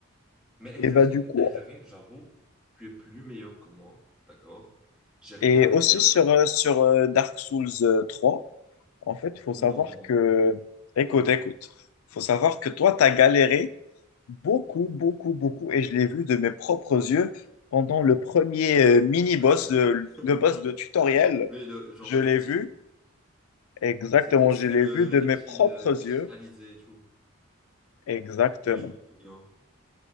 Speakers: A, in the centre; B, on the left.
A: Mais Elden
B: Et bah,
A: Ring,
B: du coup,
A: Elden Ring, j'avoue, tu es plus meilleur que moi, d'accord? J'ai rien
B: et aussi
A: à dire.
B: sur, euh, sur euh, Dark Souls euh, 3, en fait, il faut savoir
A: Non.
B: que. Écoute, écoute. Il faut savoir que toi, tu as galéré beaucoup, beaucoup, beaucoup. Et je l'ai vu de mes propres yeux pendant le premier euh, mini-boss,
A: <laughs>
B: de- le boss de tutoriel.
A: Oui, le, genre
B: Je
A: le
B: l'ai
A: reptile.
B: vu. Exactement,
A: C'était, c'était
B: je l'ai
A: le,
B: vu de
A: le reptile
B: mes propres
A: euh, cristallisé
B: yeux,
A: et tout.
B: exactement.
A: Oui, je me souviens.